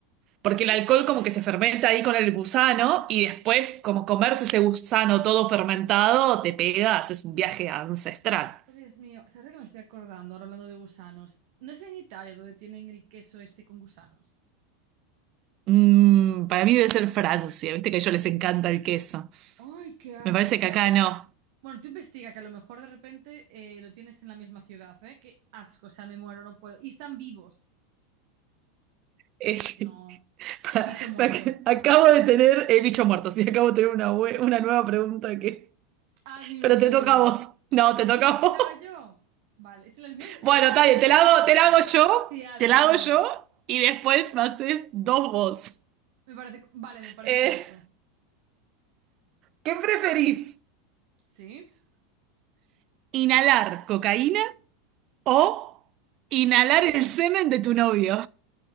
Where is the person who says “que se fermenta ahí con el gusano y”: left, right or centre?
Right